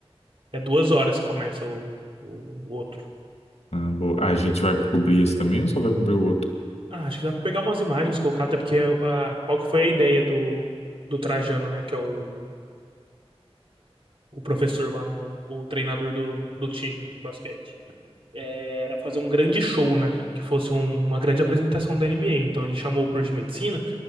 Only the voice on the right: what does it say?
É duas horas que começa o, o, o outro.
Ah, acho que dá pra pegar umas imagens, colocar, até porque a, qual que foi a ideia do, do Trajano, né? Que é o, o professor lá, né? O, o treinador do, do time de basquete. era fazer um grande show, né? Que fosse um- uma grande apresentação da NBA. Então ele chamou o curso de medicina